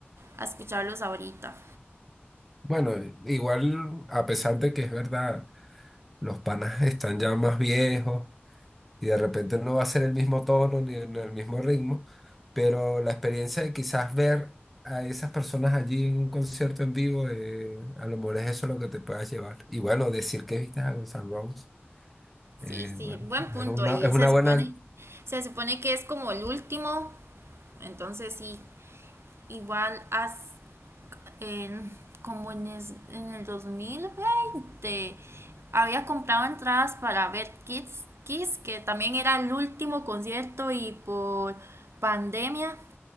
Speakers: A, on the right; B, in the centre.
A: a escucharlos ahorita.
B: Bueno, igual a pesar de que es verdad, los panas están ya más viejos y de repente no va a ser el mismo tono ni en el mismo ritmo, pero la experiencia de quizás ver a esas personas allí en un concierto en vivo, eh, a lo mejor es eso lo que te puedas llevar. Y bueno, decir que viste a Guns N' Roses, eh,
A: Sí, sí,
B: bueno,
A: buen punto,
B: es una,
A: y
B: es una
A: se
B: buena,
A: supone, se supone que es como el último, entonces sí, igual haz en, como en, es- en el 2020, había comprado entradas para ver Kids Kiss, que también era el último concierto y por pandemia.